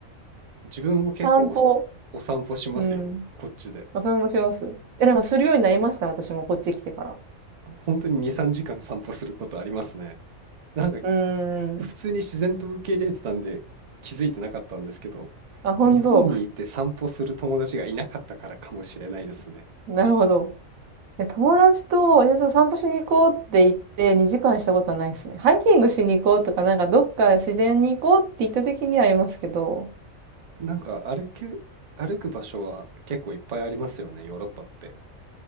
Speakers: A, on the right; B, on the right.
A: 自分も結構
B: 散歩、
A: お、お散歩しますよ。
B: うん、
A: こっちで。
B: お散歩します。え、でもするようになりました、私もこっち来てから。
A: 本当に2、3時間散歩することありますね。なんか
B: うー
A: 普通に自然と受け入れてたんで気づいてなかったんですけど、
B: ん。あ、本当。
A: 日本にいて散歩する友達がいなかったからかもしれないですね。
B: なるほど。で友達と、じゃあちょっと散歩しに行こうって言って2時間したことはないですね。ハイキングしに行こうとか、なんかどっか自然に行こうって言った時にはありますけど。
A: なんか歩く、歩く場所は結構いっぱいありますよね、ヨーロッパって。